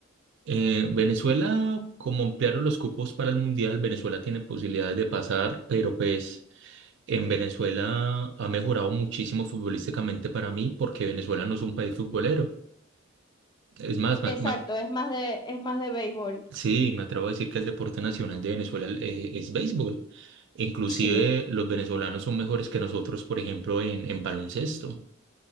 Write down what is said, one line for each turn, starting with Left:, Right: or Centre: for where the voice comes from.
Right: Eh, Venezuela, como ampliaron los cupos para el Mundial, Venezuela tiene posibilidades de pasar, pero pues... En Venezuela ha mejorado muchísimo futbolísticamente para mí porque Venezuela no es un país futbolero. Es más, ma-
Left: Exacto,
Right: ma-
Left: es más de, es más de béisbol.
Right: sí, me atrevo a decir que el deporte nacional de Venezuela eh, es béisbol. Inclusive
Left: Sí.
Right: los venezolanos son mejores que nosotros, por ejemplo, en, en baloncesto.